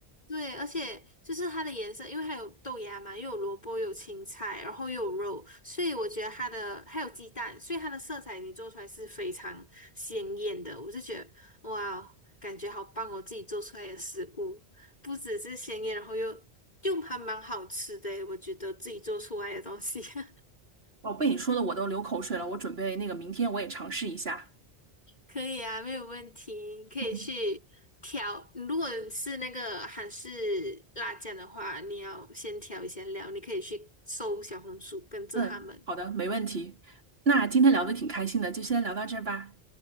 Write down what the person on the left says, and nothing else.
对，而且就是它的颜色，因为它有豆芽嘛，又有萝卜，又有青菜，然后又有肉，所以我觉得它的还有鸡蛋，所以它的色彩你做出来是非常鲜艳的。我就觉得哇哦，感觉好棒哦，自己做出来的食物不只是鲜艳，然后又又还蛮好吃的诶我觉得自己做出来的东西。<laughs>
可以啊，没有问题，可以去调。
如果是那个韩式辣酱的话，你要先调一下料，你可以去搜小红书，跟着他们。